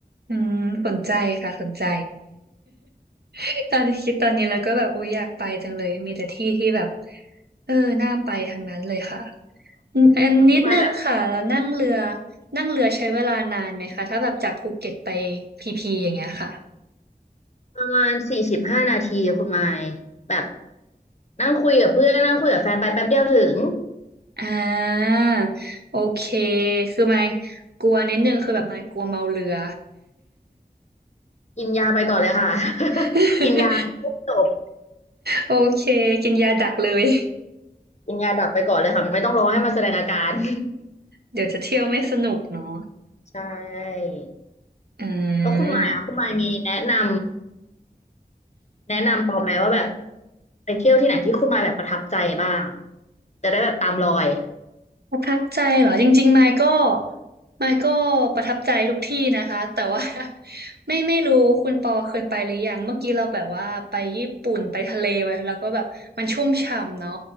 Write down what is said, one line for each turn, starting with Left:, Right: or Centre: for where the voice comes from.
Right: อืมสนใจค่ะสนใจ <laughs> ตอนที่คิดตอนนี้แล้วก็แบบอุ๊ยอยากไปจังเลยมีแต่ที่ที่แบบเออน่าไปทางนั้นเลยค่ะอืมอันนิดนึงค่ะแล้วนั่งเรือ
Left: แล้วคุณไมค์แบบ
Right: นั่งเรือใช้เวลานานไหมคะถ้าแบบจากภูเก็ตไปพีพีอย่างเงี้ยค่ะ
Left: ประมาณสี่สิบห้านาทีคุณไมค์แบบนั่งคุยกับเพื่อนนั่งคุยกับแฟนไปแป๊บเดียวถึง
Right: อ่าโอเคคือไม่กลัวนิดนึงคือแบบไม่กลัวเมาเรือ
Left: กินยาไปก่อนเลยค่ะ <laughs>
Right: <laughs>
Left: กินยาปุ๊บจบ
Right: โอเคกินยาดักเลย
Left: กินยาดับไปก่อนเลยค่ะไม่ต้องรอให้มันแสดงอาการ <laughs>
Right: เดี๋ยวจะเที่ยวไม่สนุกเนาะ
Left: ใช่
Right: อ่
Left: แล้วคุณหมายอ่ะคุณหมายมีแนะนำ
Right: า
Left: แนะนำปอไหมว่าแบบไปเที่ยวที่ไหนที่คุณหมายแบบประทับใจบ้างจะได้แบบตามรอย
Right: ประทับใจเหรอจริงๆไมค์ก็ไมค์ก็ประทับใจทุกที่นะคะแต่ว่า <laughs> ไม่ไม่รู้คุณปอเคยไปหรือยังเมื่อกี้เราแบบว่าไปญี่ปุ่นไปทะเลไปแล้วก็แบบมันชุ่มฉ่ำเนาะ